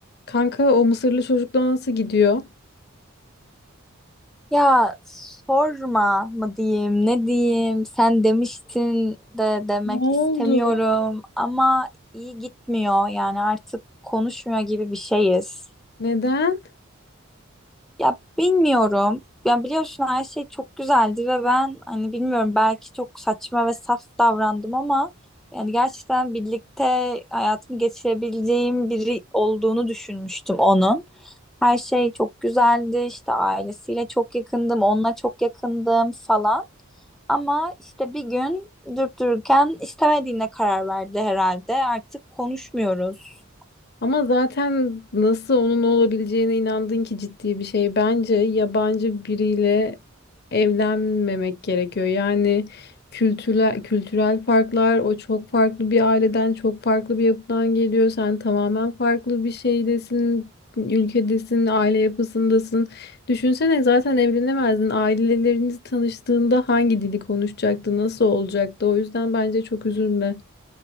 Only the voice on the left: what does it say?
Kanka o Mısırlı çocukla nasıl gidiyor?
Ne oldu?
Neden?
Ama zaten nasıl onun olabileceğine inandın ki ciddi bir şey. Bence yabancı biriyle evlenmemek gerekiyor. Yani kültürel, kültürel farklar, o çok farklı bir aileden, çok farklı bir yapıdan geliyor. Sen tamamen farklı bir şeydesin, ülkedesin, aile yapısındasın. Düşünsene zaten evlenemezdin. Aileleriniz tanıştığında hangi dili konuşacaktı, nasıl olacaktı? O yüzden bence çok üzülme.